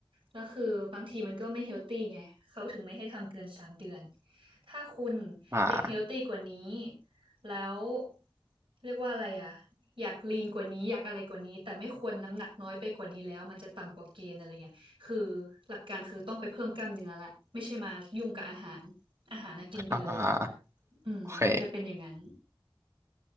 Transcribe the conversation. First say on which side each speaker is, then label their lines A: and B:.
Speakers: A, on the right; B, on the right.
A: แล้วคือบางทีมันก็ไม่เฮลตี้ไงเขาถึงไม่ให้ทำเกินสามเดือน ถ้าคุณ
B: อ่า
A: อยากเฮลตี้กว่านี้แล้วเรียกว่าอะไรอ่ะอยากลีนกว่านี้อยากอะไรกว่านี้ แต่ไม่ควรน้ำหนักน้อยไปกว่านี้แล้วมันจะต่ำกว่าเกณฑ์อะไรเงี้ย คือหลักการคือต้องไปเพิ่มกล้ามเนื้อละไม่ใช่มายุ่งกับอาหารอาหารนะกินไปเลย
B: อ่า
A: อืมจะเป็นอย่างนั้น
B: โอเค